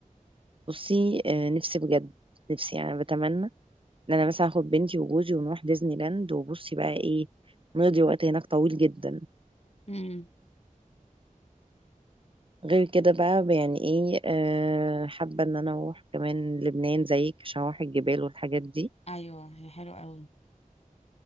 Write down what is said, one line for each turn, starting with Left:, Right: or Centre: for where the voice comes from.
Right: بصي آه، نفسي بجد نفسي يعني بتمنى ان انا مثلا اخد بنتي وجوزي ونروح ديزني لاند وبصي بقى ايه نقضي وقت هناك طويل جدا
Left: امم
Right: غير كده بقى يعني ايه آه، حابه ان انا اروح كمان لبنان زيك عشان اروح الجبال والحاجات دي
Left: ايوه هي حلوة قوي